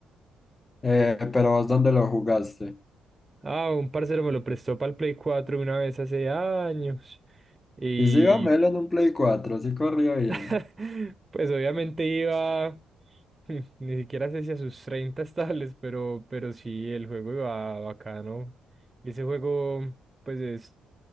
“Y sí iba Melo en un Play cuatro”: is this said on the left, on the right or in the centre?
Left